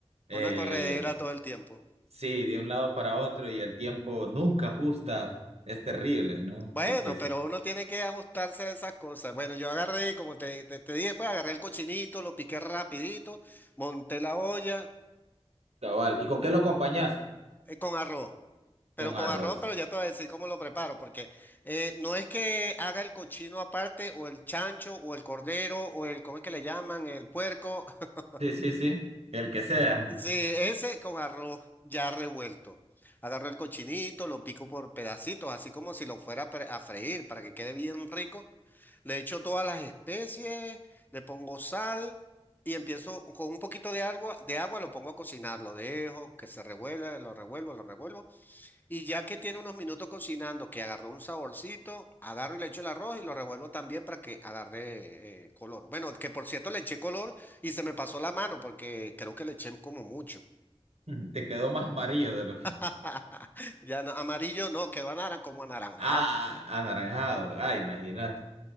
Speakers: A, on the right (about 80°); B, on the left (about 15°).
A: eh,
B: una corredera todo el tiempo.
A: sí, de un lado para otro y el tiempo nunca ajusta, es terrible, ¿no?
B: Bueno,
A: Porque es
B: pero uno tiene que ajustarse a esas cosas. Bueno, yo agarré, como te, te, te dije, pues agarré el cochinito, lo piqué rapidito, monté la olla
A: cabal. ¿Y con qué lo acompañás?
B: eh, con arroz. Pero
A: Con
B: con
A: arroz.
B: arroz, pero ya te voy a decir cómo lo preparo, porque eh, no es que haga el cochino aparte, o el chancho, o el cordero, o el, ¿cómo es que le llaman? El puerco. <laughs>
A: Sí, sí, sí, el que sea.
B: Sí, ese con arroz ya revuelto. Agarro el cochinito, lo pico por pedacitos, así como si lo fuera a pre- a freír para que quede bien rico. Le echo todas las especies, le pongo sal y empiezo con un poquito de agua, de agua lo pongo a cocinar, lo dejo que se revuelva, lo revuelvo, lo revuelvo. Y ya que tiene unos minutos cocinando, que agarró un saborcito, agarro y le echo el arroz y lo revuelvo también para que agarre eh, color. Bueno, que por cierto le eché color y se me pasó la mano porque creo que le eché como mucho.
A: <laughs> Te quedó más amarillo de lo que...
B: <laughs> Ya no- amarillo no, quedó anaran- como anaranjado.
A: Ah, ah, anaranjado. Ah, imagínate.